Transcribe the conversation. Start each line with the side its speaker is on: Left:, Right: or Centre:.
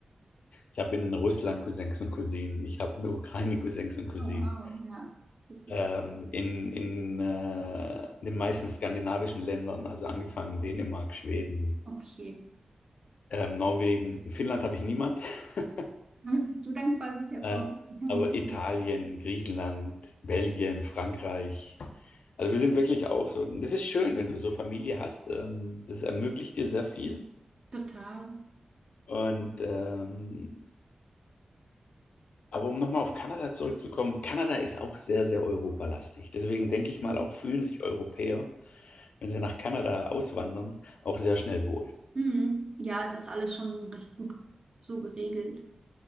Left: Ich habe in Russland Cousins und Cousinen. Ich habe in der Ukraine Cousins und Cousinen.
Right: oh, wow, ja, das ist
Left: Ähm, in, in, äh, in den meisten skandinavischen Ländern, also angefangen Dänemark, Schweden,
Right: okay.
Left: ähm, Norwegen. In Finnland habe ich niemand. <laughs>
Right: Dann bist du dann quasi der
Left: äh,
Right: Vor Mhm.
Left: aber Italien, Griechenland, Belgien, Frankreich. Also wir sind wirklich auch so. Das ist schön, wenn du so Familie hast. Ähm, das ermöglicht dir sehr viel.
Right: Total.
Left: Und ähm, Aber um nochmal auf Kanada zurückzukommen, Kanada ist auch sehr, sehr europalastig. Deswegen denke ich mal,
Right: Mhm.
Left: auch fühlen sich Europäer, wenn sie nach Kanada auswandern, auch sehr schnell wohl.
Right: Mhm. Ja, es ist alles schon recht gut so geregelt.